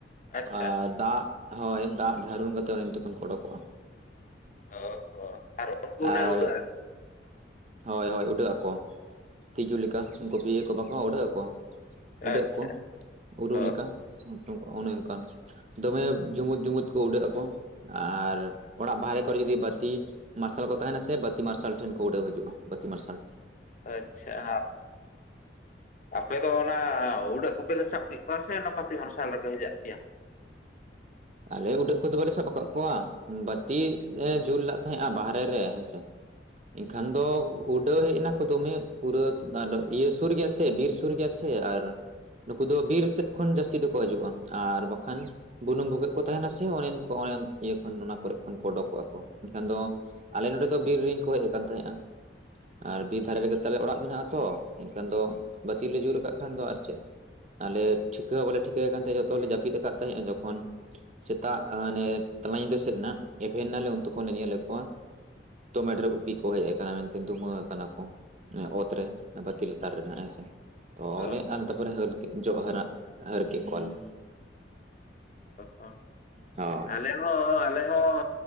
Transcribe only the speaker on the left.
ᱟᱪᱪᱷᱟ
ᱚ ᱦᱚ ᱟᱨ ᱩᱰᱟᱹᱜ
ᱟ <unintelligible>
ᱟᱪᱪᱷᱟ
ᱚ
ᱟᱪᱪᱷᱟᱼᱼ ᱟᱯᱮ ᱫᱚ ᱚᱱᱟ ᱩᱰᱟᱹᱜ <unintelligible> ᱨᱮ ᱥᱟᱵ ᱠᱮᱫ ᱠᱚᱣᱟ ᱥᱮ ᱚᱱᱟ ᱵᱟᱹᱛᱤ ᱢᱟᱨᱥᱟᱞ ᱨᱮᱯᱮ ᱦᱮᱡᱟᱜ ᱯᱮᱭᱟ?
ᱚ
ᱚ
ᱟᱞᱮ ᱦᱚᱸ ᱟᱞᱮ ᱦᱚᱸ